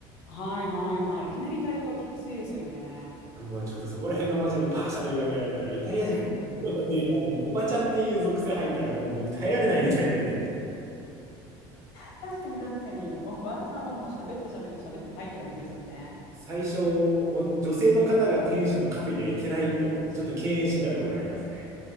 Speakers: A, on the left; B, on the right.
A: はいはいはい。いきなりイタリア語はきついですよね。
B: もうちょっとそこら辺のおばちゃんにバー喋りかけられたら、イタリア人ずっと喋りなのに、
A: <laughs>
B: <laughs> おばちゃんっていう属性入ったらもう僕耐えられないみたいになっちゃって。
A: 確かに確かに。おばあさんはもう喋って喋って喋ってはいって感じですよね。
B: 最初、おん女性の方が店主のカフェには行けないと思って、ちょっと敬遠してたところありますね。